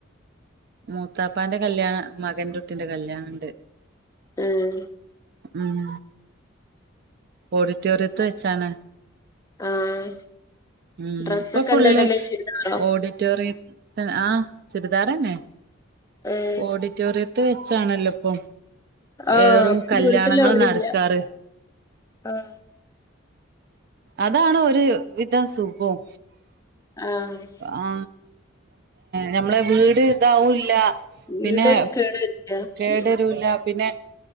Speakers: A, on the right; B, on the left.
A: മൂത്താപ്പാന്റെ കല്യാണ മകന്റുട്ടീന്റെ കല്യാണണ്ട്
B: ഉം
A: ഉം ഓഡിറ്റോറിയത്ത് വെച്ചാണ്
B: ആഹ്
A: ഉം
B: ഡ്രസ്സൊക്കെ
A: ഇപ്പൊ ഫുള്ള്
B: എന്താ ഇടല് ചുരിദാറോ
A: ഓഡിറ്റോറിയം ആഹ് ചുരിദാറന്നെ.
B: ഏഹ്
A: ഓഡിറ്റോറിയത്ത് വെച്ചാണല്ലോ ഇപ്പം
B: ആഹ്
A: ഏറും
B: ഇപ്പൊ
A: കല്യാണങ്ങൾ
B: വീട്ടില് എവിടേം
A: നടക്കാറ്
B: ഇല്ല ആഹ്
A: അതാണ് ഒരു വിധം സുഖും
B: ആഹ്
A: ആ ഞമ്മളെ വീട് ഇതാവുല്ല.
B: വീട്
A: പിന്നെ
B: കേട് വരില്ല
A: കേടരൂല്ല പിന്നെ